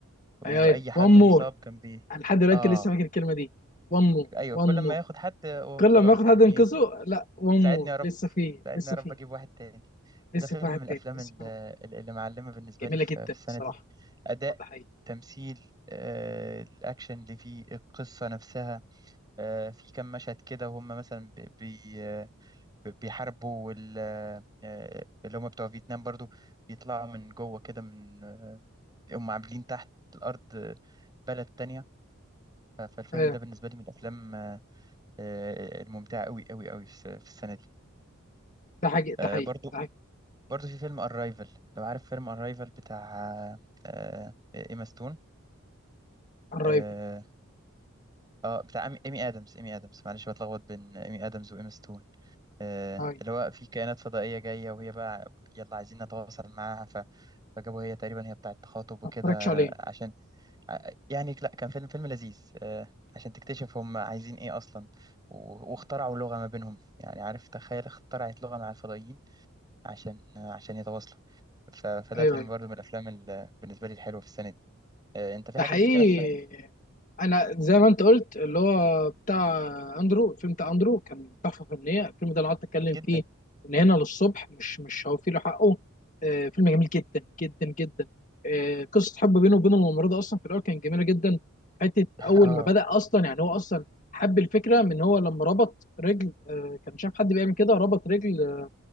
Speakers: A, on the right; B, on the left.
A: وأي
B: اي اي
A: حد
B: وان مور
A: مصاب كان بي
B: لحد دلوقتي
A: آه
B: لسه فاكر الكلمه دي وان مور
A: أيوه
B: وان
A: كل ما
B: مور
A: ياخد حد هو
B: كل
A: خلاص
B: ما ياخد
A: يعني
B: حد ينقذه
A: إيه
B: لا وان
A: ساعدني
B: مور
A: يا رب
B: لسه فيه
A: ساعدني
B: لسه
A: يا رب
B: فيه
A: أجيب واحد تاني
B: لسه
A: فده فيلم
B: في واحد
A: من
B: تاني
A: الأفلام
B: لسه
A: ال-
B: في واحد
A: ال- اللي معلمة بالنسبة
B: جميله
A: لي في
B: جدا
A: في السنة
B: الصراحه
A: دي أداء
B: ده
A: تمثيل آه، الأكشن اللي فيه القصة نفسها آه، في كام مشهد كده وهم مثلا بي بي- آه، بيحاربوا ال- آه، آه، اللي هم بتوع فيتنام برضو بيطلعوا من جوه كده من آه، هم عاملين تحت الأرض آه، بلد تانية ف- فالفيلم
B: ايوه
A: ده بالنسبة لي من الأفلام آه، آه، الممتعة قوي قوي قوي في الس- في السنة دي
B: ده حقيقي ده
A: آه،
B: حقيقي
A: برضو
B: ده حقيقي
A: برضو في فيلم أرايفل لو عارف فيلم أرايفل بتاع آه، آه، إيما ستون
B: الرايفل
A: اه آه، بتاع إيمي إيمي آدمز إيمي آدمز معلش بتلخبط بين إيمي آدمز وإيما ستون آه،
B: ايوه
A: اللي هو في كائنات فضائية جاية وهي بقى يلا عايزين نتواصل معاها ف... فجابوا هي تقريبا هي بتاعة تخاطب وكده
B: ما اتفرجش عليه
A: عشان ع- يعني لا كان فيلم فيلم لذيذ آه، عشان تكتشف هم عايزين ايه اصلا و... واخترعوا لغة ما بينهم يعني عارف تخيل اخترعت لغة مع الفضائيين عشان آه، عشان يتواصلوا ف... فده
B: ايوه
A: فيلم
B: ايوه
A: برضو من الافلام ال... بالنسبة لي الحلوة في السنة دي آه، انت في
B: ده
A: حاجة
B: حقيقي
A: تفتكرها في السنة دي
B: انا زي ما انت قلت اللي هو بتاع اندرو الفيلم بتاع اندرو كان تحفه فنيه الفيلم ده انا قعدت اتكلم
A: جدا
B: فيه من هنا للصبح مش مش هوفي له حقه آه فيلم جميل جدا جدا جدا آه قصه حب بينه وبين الممرضه اصلا في الاول كان جميله جدا حته
A: <laughs>
B: اول
A: اه
B: ما بدا اصلا يعني هو اصلا حب الفكره من هو لما ربط رجل آه كان شاف حد بيعمل كده ربط رجل